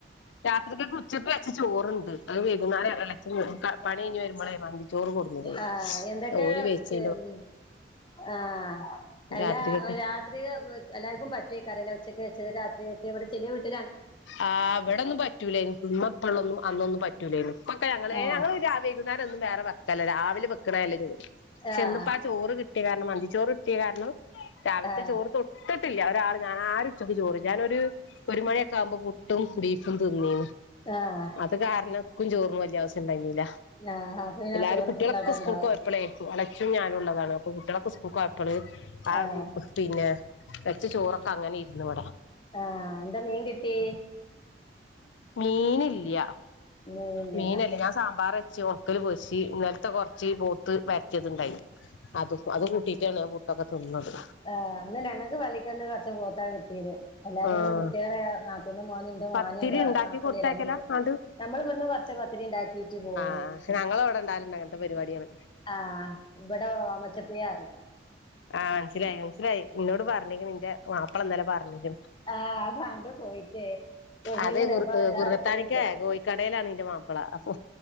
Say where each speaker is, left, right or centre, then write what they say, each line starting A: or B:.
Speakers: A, on the left (about 80°); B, on the left (about 25°).
A: രാത്രിക്കൊക്കെ ഉച്ചക്ക് വെച്ച ചോറുണ്ട് അത് വൈകുന്നല് എലഛം
B: ആഹ്
A: പണി കഴിഞ്ഞ് വരുമ്പോളേ മന്തി ചോറ് കൊടുന്നത്
B: ആഹ് എന്തൊക്കെ
A: ഓല് വെച്ച്
B: ഉം ആ എല്ലാ
A: രാത്രികക്ക്
B: രാത്രി എല്ലാർക്കും പറ്റോക്കറല്ല ഉച്ചക്ക് വെച്ചത് രാത്രിെടെ ചെറിയ വീട്ട
A: ആ അവിടെന്നും പറ്റൂലന നിമ്മപ്പള്ളൊന്നും അന്നൊന്നും പറ്റൂലേ പക്ക ഞങ്ങള്
B: ആഹ്
A: ഞങ്ങൾ വൈകുന്നേരം ഒന്നുംവേറെ വെക്കല്ല രാവിലെ വെക്കണല്ലേ പക്ഷെ
B: ആഹ്
A: ഇന്നിപ്പോ ആ ചോറ് കിട്ടിയ കാരണം മന്തിച്ചോറ് കിട്ടിയ കാരണം രാവിലത്തെ
B: ആഹ്
A: ചോറ് തൊട്ട് തൊട്ടില്ല ഒരാൾ ഞാൻ ആരുച്ചക്കെ ചോറ് ഞാനൊരു ഒരു മണിയൊക്കെ ആവുമ്പോ പുട്ടും ബീഫും തിന്നീന്ന്
B: ആഹ്
A: അത് കാരണംക്കും ചോറിന്ന വലയാവസ ണ്ടായിനില്ല
B: ആഹ് അപ്പൊ പിന്നെ
A: എല്ലാരും
B: ആ ചോറ്
A: കുട്ടികളൊക്കെ
B: ഫുള്ള് അവിടെ ഇണ്ടാവും
A: സ്കൂൾ പോയപ്പളേള ച്ചും ഞാനുള്ളതാണ് അപ്പൊ കുട്ടികളക്കായപ്പള് ആ
B: ആഹ്
A: പിന്നെ വെച്ച ചോറൊക്കെ അങ്ങനെ ഇരുന്നു ഇവിട
B: ആ എന്താ മീൻ കിട്ടി
A: മീനില്ല
B: മീനില്ലല്ലേ
A: മീനല്ലേ ഞാൻ സാമ്പാർ ച ഉണക്കൽ പൊരിച്ചു ഇന്നലത്തെ കുറച്ച് പോത്ത് വരട്ടിയത്ണ്ടായി അത് അത് കൂട്ടിയിട്ടാണ് ബുട്ടൊക്കെ തിന്നുന്നത്
B: ആ അന്ന് ഞങ്ങൾക്ക് വലിക്ക ഒന്ന് കുറച്ച പോത്താ കിട്ടിയത് എല്ലാരും
A: ആഹ്
B: കുട്ടികള നാത്തൂന്റെ മോന എന്റെ മോനും
A: പത്തിരി
B: എന്റെ
A: ഉണ്ടാക്കി
B: നാപ്പളി
A: കൊടുത്തയക്കലാ
B: എല്ലയി
A: ആണ്ട്
B: നമ്മൾ ഇവിടുന്ന്റച്ച പത്തിരി ഉണ്ടാക്കിയിട്ട് പോവും
A: ആ ഞങ്ങള അവിടെ ഉണ്ടായാലുണ്ട് അങ്ങനത്തെ പരിപാടികാണ്
B: ആ ഇവിടെ അമ്മച്ചപ്പ്യാറ്
A: ആ മനസ്സിലായി മനസിലായി നിന്നോട് പറഞ്ഞക്ക്ന് ന്റെ മാപ്പിള ഇന്നലെ പറഞ്ഞ്ക്ക്ന്
B: ആഹ് ആ പണ്ട് പോയിട്ട് കൊടുന്ന്ക്ക്ണ്
A: അതെ കു
B: അപ്പൊ അഞ്ചാറ്
A: കുറത്താണിക്ക
B: പൊതിണ്ട്
A: കോഴിക്കടയിലാണ് ഇന്റെ മാപ്പിള അപ്പൊ